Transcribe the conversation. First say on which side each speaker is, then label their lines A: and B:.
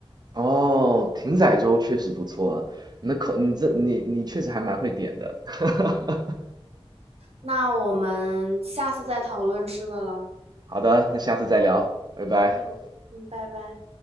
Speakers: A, on the right; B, on the right.
A: 哦，艇仔粥确实不错啊，那口你这你你确实还蛮会点的。
B: 嗯，
A: <laughs>
B: 那我们下次再讨论吃的了。
A: 好的，那下次再聊，拜拜。
B: 嗯嗯，拜拜。